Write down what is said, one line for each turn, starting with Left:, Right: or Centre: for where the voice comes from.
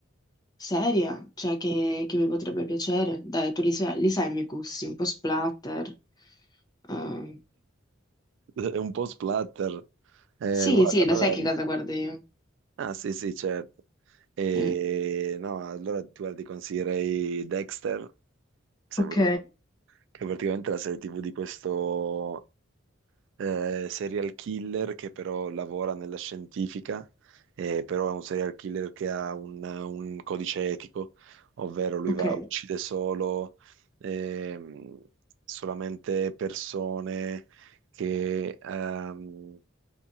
Left: seria, cioè che, che mi potrebbe piacere. Dai, tu li sai, li sai i miei gusti, un po' splatter. eh.
Right: <laughs> È un po' splatter. Eh,
Left: sì,
Right: guarda,
Left: sì,
Right: allora...
Left: lo sai che cosa guardo io.
Right: Ah, sì, sì, certo. E...
Left: Mm,
Right: No, allora tu guarda, ti consiglierei Dexter, se
Left: Ok,
Right: vuoi, che è praticamente la serie TV di questo... eh, serial killer che però lavora nella scientifica, eh, però è un serial killer che ha un, un codice etico, ovvero lui
Left: ok.
Right: va, uccide solo, ehm, solamente persone che, ehm,